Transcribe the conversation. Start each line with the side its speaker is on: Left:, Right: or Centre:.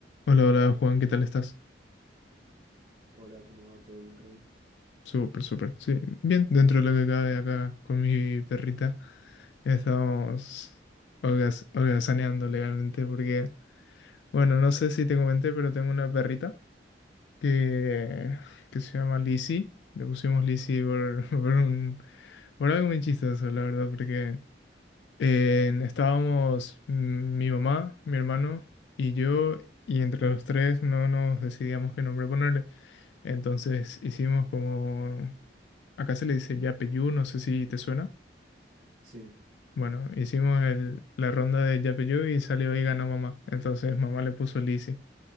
Left: Hola, hola Juan, ¿qué tal estás?
Right: Hola, ¿cómo va todo bien, Rory?
Left: Súper, súper. Sí, bien, dentro de lo que cabe acá con mi perrita, estamos holgaz- holgazaneando legalmente porque, bueno, no sé si te comenté, pero tengo una perrita que, que se llama Lizzie. Le pusimos Lizzie por, <laughs> por un, por algo muy chistoso, la verdad, porque eh, estábamos mm, mi mamá, mi hermano y yo, y entre los tres no nos decidíamos qué nombre ponerle. Entonces hicimos como, acá se le dice Yapeyú, no sé si te suena.
Right: Sí,
Left: Bueno, hicimos el- la ronda de Yapeyú y salió y ganó mamá. Entonces mamá le puso Lizzy